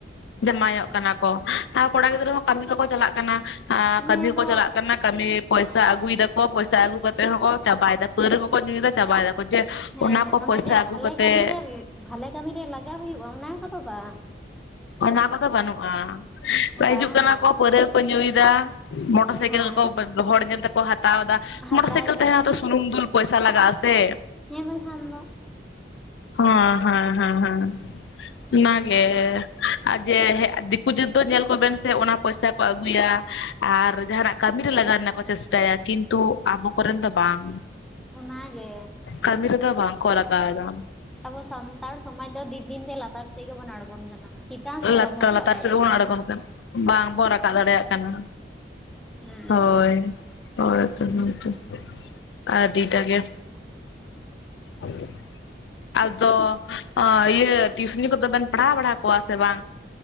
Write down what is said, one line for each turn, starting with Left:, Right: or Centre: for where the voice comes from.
Left: ᱡᱟᱢᱟᱭᱚᱜ ᱠᱟᱱᱟ ᱠᱚ ᱟᱨ ᱠᱚᱲᱟ ᱜᱤᱫᱽᱨᱟᱹ ᱦᱚᱸ ᱠᱟᱹᱢᱤ ᱠᱚᱠᱚ ᱪᱟᱞᱟᱜ ᱠᱟᱱᱟ ᱟᱸ
Centre: ᱦᱮᱸ
Left: ᱠᱟᱹᱢᱤ
Centre: ᱟᱫᱚ
Left: ᱦᱚᱸᱠᱚ ᱪᱟᱞᱟᱜ ᱠᱟᱱᱟ ᱠᱟᱹᱢᱤ ᱯᱚᱭᱥᱟ ᱟᱹᱜᱩᱭ ᱫᱟᱠᱚ, ᱯᱚᱭᱥᱟ ᱟᱹᱜᱩ ᱠᱟᱛᱮ ᱦᱚᱸᱠᱚ ᱪᱟᱵᱟᱭᱮᱫᱟ᱾ ᱯᱟᱹᱣᱨᱟᱹ ᱠᱚ ᱠᱚ ᱧᱩᱭᱮᱫᱟ ᱪᱟᱵᱟᱭ ᱫᱟᱠᱚ᱾ ᱡᱮ
Centre: ᱦᱮᱸ
Left: ᱚᱱᱟ
Centre: ᱦᱮᱸ
Left: ᱠᱚ ᱯᱚᱭᱥᱟ
Centre: ᱡᱮ
Left: ᱟᱹᱜᱩ
Centre: ᱵᱷᱟᱞᱮ
Left: ᱠᱟᱛᱮᱜ
Centre: ᱠᱟᱹᱢᱤᱨᱮ
Left: ᱼᱼ
Centre: ᱵᱷᱟᱞᱮ ᱠᱟᱹᱢᱤ ᱨᱮ ᱞᱟᱜᱟᱣ ᱦᱩᱭᱩᱜᱼᱟ ᱚᱱᱟ ᱠᱚᱫᱚ ᱵᱟᱝ ᱾
Left: ᱚᱱᱟ ᱠᱚᱫᱚ ᱵᱟᱹᱱᱩᱜᱼᱟ, ᱦᱤᱡᱩᱜ
Centre: ᱵᱟᱝ
Left: ᱠᱟᱱᱟ
Centre: ᱵᱟᱝ
Left: ᱠᱚ ᱯᱟᱹᱣᱨᱟᱹ ᱠᱚ ᱧᱩᱭᱮᱫᱟ ᱢᱚ ᱢᱚᱴᱚᱨ ᱥᱟᱭᱠᱮᱞ
Centre: ᱦᱮᱸ
Left: ᱠᱚ ᱦᱚᱲ ᱧᱮᱞ ᱛᱮᱠᱚ ᱦᱟᱛᱟᱣ ᱮᱫᱟ
Centre: ᱦᱟᱛᱟᱣ
Left: ᱢᱚᱴᱚᱨ ᱥᱟᱭᱠᱮᱞ ᱛᱟᱦᱮᱸᱦᱚᱸ
Centre: ᱫᱟᱠᱚ
Left: ᱛᱚ ᱥᱩᱱᱩᱢ ᱫᱩᱞ ᱯᱚᱭᱥᱟ ᱞᱟᱜᱜᱟ ᱟ ᱥᱮ
Centre: ᱦᱮᱸ ᱵᱟᱠᱷᱟᱱ ᱫᱚ
Left: ᱦᱚᱸ ᱦᱮᱸ ᱦᱮᱸ ᱦᱮᱸ ᱚᱱᱜᱮ ᱟᱨ ᱡᱮ ᱦᱮ ᱫᱤᱠᱩ ᱡᱟᱹᱛ ᱫᱚ ᱧᱮᱞ ᱠᱚᱵᱮᱱ ᱥᱮ ᱚᱱᱟ ᱯᱚᱭᱥᱟ ᱠᱚ ᱟᱹᱜᱩᱭᱟ ᱟᱨ ᱡᱟᱦᱱᱟᱜ ᱠᱟᱹᱢᱤ ᱨᱮ ᱞᱟᱜᱟᱣ ᱨᱮᱱᱟᱜ ᱠᱚ ᱪᱮᱥᱴᱟᱭᱟ ᱠᱤᱱᱛᱩ ᱟᱵᱚ ᱠᱚᱨᱮᱱ ᱫᱚ ᱵᱟᱝ
Centre: ᱚᱱᱟᱜᱮ
Left: ᱠᱟᱹᱢᱤᱨ ᱨᱮᱫᱟ ᱵᱟᱝ ᱠᱚ ᱞᱟᱠᱟ ᱫᱟ᱾
Centre: ᱟᱵᱚ ᱥᱟᱱᱛᱟᱲ ᱥᱚᱢᱟᱡᱽ ᱫᱚ, ᱫᱤ ᱫᱤᱱ ᱛᱮ ᱞᱟᱛᱟᱨ ᱥᱮᱫ ᱜᱮᱵᱚᱱ ᱟᱬᱜᱚᱱ ᱠᱟᱱᱟ᱾ ᱪᱮᱛᱟᱱ ᱥᱮᱫ
Left: ᱞᱟᱛᱟᱨ
Centre: ᱫᱚ ᱵᱟᱵᱚᱱ ᱨᱟᱠᱟᱵ
Left: ᱞᱟᱛᱟᱨ
Centre: ᱫᱟᱲᱮᱭᱟᱜ
Left: ᱥᱮᱫ ᱜᱮᱵᱚᱱ
Centre: ᱠᱟᱱᱟ᱾
Left: ᱟᱬᱜᱚᱱ ᱵᱟᱝᱵᱚᱱ ᱨᱟᱠᱟᱵ ᱫᱟᱲᱮᱭᱟ-ᱜ ᱠᱟᱱᱟ᱾
Centre: ᱦᱩᱸ
Left: ᱦᱳᱭ ᱦᱳᱭᱛᱚ, ᱦᱳᱭᱛᱚ ᱟᱹᱰᱤ ᱴᱟ ᱜᱮ ᱦ <inaudible> ᱟᱫᱚ ᱤᱭᱟᱹ ᱴᱤᱭᱩᱥᱤᱱᱤ ᱠᱚᱫᱚ ᱵᱮᱱ ᱯᱟᱲᱦᱟᱣ ᱵᱟᱲᱟ ᱠᱚᱣᱟ ᱥᱮ ᱵᱟᱝ?